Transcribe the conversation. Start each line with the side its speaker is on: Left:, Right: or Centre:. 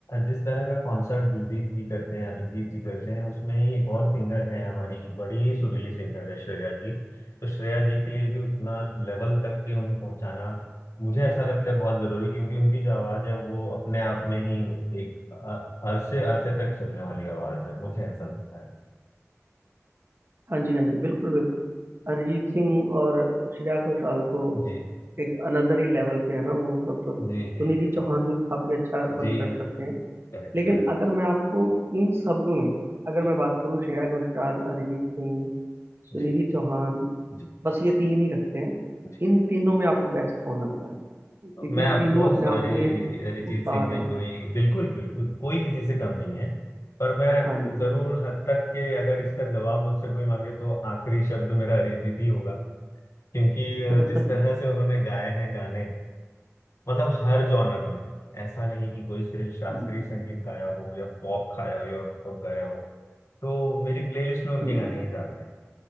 Left: जिस तरह का कॉन्सर्ट दिलजीत जी करते हैं अरिजीत जी करते हैं उसमें ही एक और सिंगर है हमारी बड़ी ही सुरीली सिंगर है श्रेया जी तो श्रेया जी के लिए भी उतना लेवल तक के उन्हें पहुंचाना मुझे ऐसा लगता है बहुत जरूरी क्योंकि उनकी जो आवाज है वो अपने आप में ही एक अ- अरसे अरसे तक चलने वाली आवाज है मुझे ऐसा लगता है
Right: हाँ जी हाँ जी बिल्कुल बिल्कुल अरिजीत सिंह और श्रेया घोषाल तो
Left: जी
Right: एक अनदर ही लेवल पे है ना वो सब तो सुनिधि
Left: जी जी जी
Right: चौहान भी काफी अच्छा कंसर्ट
Left: जी
Right: करते हैं
Left: करेक्ट
Right: लेकिन
Left: करेक्ट
Right: अगर मैं आपको इन सब में अगर
Left: जी
Right: मैं बात करूँ श्रेया घोषाल अरिजीत सिंह सुनिधि
Left: जी
Right: चौहान
Left: जी
Right: बस ये तीन ही रखते हैं
Left: जी।
Right: इन तीनों में आपको बेस्ट कौन लगता है क्योंकि
Left: मैं
Right: ये
Left: ऑफकोर्स
Right: तीनों अपने
Left: हरि
Right: आप में
Left: अरिजीत
Right: उस्ताद
Left: सिंह जी
Right: हैं
Left: कोई बिल्कुल बिल्कुल कोई किसी से कम नहीं है पर मैं
Right: हाँ जी
Left: जरूर हद तक के अगर इसका जवाब मुझसे कोई मांगे तो आखिरी शब्द मेरा अरिजीत ही होगा क्योंकि अ,
Right: <laughs>
Left: जिस तरह से उन्होंने गाए हैं गाने मतलब हर जॉनर में ऐसा नहीं कि कोई सिर्फ शास्त्रीय
Right: हम्म
Left: संगीत गाया हो या पॉप खाया हो या पॉप गाया हो तो मेरी प्लेलिस्ट में उनके
Right: हम्म
Left: गाने ही ज्यादा है